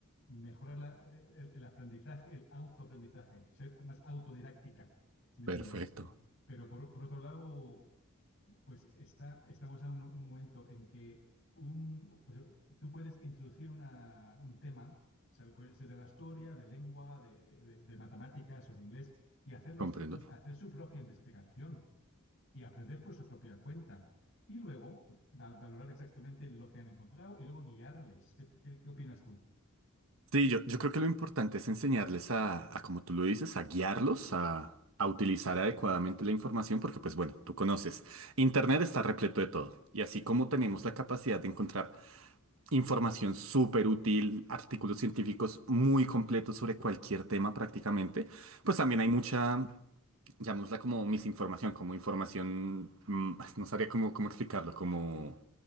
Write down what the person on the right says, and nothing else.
perfecto,
comprendo.
Sí, yo, yo creo que lo importante es enseñarles a, a, como tú lo dices, a guiarlos, a, a utilizar adecuadamente la información, porque pues bueno, tú conoces, Internet está repleto de todo. Y así como tenemos la capacidad de encontrar información súper útil, artículos científicos muy completos sobre cualquier tema prácticamente. Pues también hay mucha, llamémosla como misinformación, como información, mm, <laughs> no sabría cómo, cómo explicarlo, como...